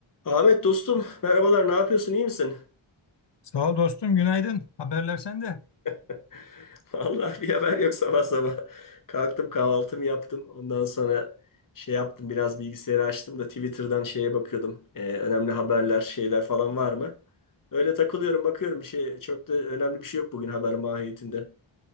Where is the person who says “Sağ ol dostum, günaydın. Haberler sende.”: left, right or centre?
Left